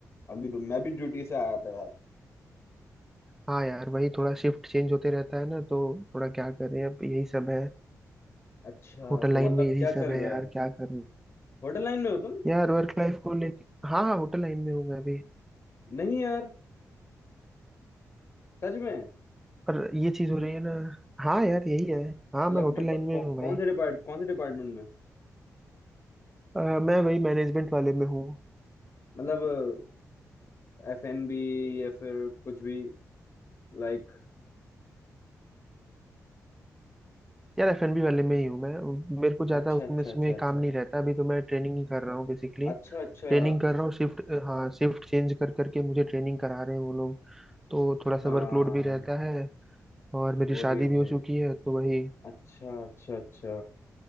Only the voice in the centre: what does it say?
हाँ यार वही थोड़ा शिफ्ट चेंज होते रहता है ना तो थोड़ा क्या करें अब यही सब है
होटल
लाइन
में यही
सब
है
यार
क्या करूँ
यार वर्क लाइफ को लेके हाँ हाँ होटल लाइन में हूँ मैं अभी
पर ये चीज हो रही है ना हाँ यार यही है हाँ
मैं होटल
लाइन
में हूँ भाई
अ, मैं वही मैनेजमेंट वाले में हूँ
यार एफएनबी वाले में ही हूँ मैं मेरे को ज्यादा
उसमें
उसमें
काम नहीं रहता अभी तो मैं ट्रेनिंग ही कर रहा हूँ बेसिकली
ट्रेनिंग कर रहा हूँ शिफ्ट हाँ शिफ्ट चेंज कर करके मुझे ट्रेनिंग करा रहे हैं वो लोग तो
थोड़ा सा वर्कलोड भी रहता है और मेरी
शादी
भी हो चुकी है तो वही